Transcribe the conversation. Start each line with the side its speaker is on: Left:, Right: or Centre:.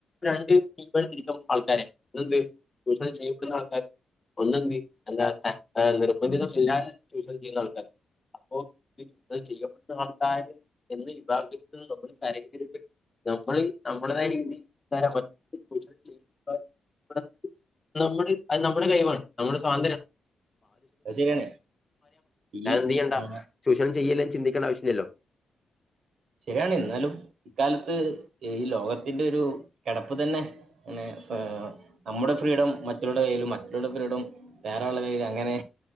Left: രണ്ട് ടീമായി തിരിക്കണം ആൾക്കാരെ എന്ത് ചൂഷണം ചെയ്യപ്പെടുന്ന ആൾക്കാര് ഒന്ന് എന്ത് അല്ലാത്ത നിർബന്ധിത മില്ലാതെ ചൂഷണം ചെയ്യുന്ന ആൾക്കാർ അപ്പൊ കി ത് ചെയ്യപ്പെട്ട ആൾക്കാര് എന്ന വിഭാഗ്യത്തിൽ നിന്ന് നമ്മൾ കരഞ്ഞരുത് നമ്മൾ രീതികാരം ചൂഷണം ചെയ്യ <unintelligible> നമ്മള് അത് നമ്മുളെ കഴിവാണ് നമ്മ <inaudible>
Right: അത് ശരിയാണ് ഈ
Left: എന്ത്, ചെയ്യണ്ട,
Right: ആ,
Left: ചൂഷണം ചെയ്യല്ലേ? ചിന്തിക്കണ്ട, ആവശ്യല്യല്ലോ?
Right: ശെരിയാണ്. ന്നാലും, ഇക്കാലത്ത് ഈ ലോകത്തിന്റെ, ഒരു കിടപ്പ് തന്നെ ങ്ങനെ? ആഹ്, നമ്മുടെ, ഫ്രീഡം മറ്റുള്ള കയ്യിലും. മറ്റുള്ളോരെ ഫ്രീഡം, വേറെ ആൾടെ കയ്യിലും. അങ്ങനെ?